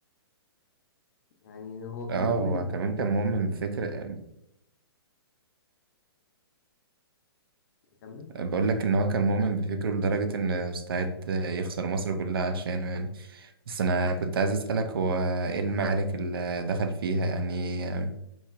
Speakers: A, on the left; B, on the right.
A: يعني هو كان
B: اه
A: مؤمن
B: هو
A: بفكرة
B: كمان كان مؤمن بفكر آه،
A: أكمل؟
B: بقول لك ان هو كان مؤمن بفكره لدرجة ان استعد يخسر مصر كلها عشانه يعني بس انا كنت عايز اسألك هو ايه المعارك اللي دخل فيها يعني آه،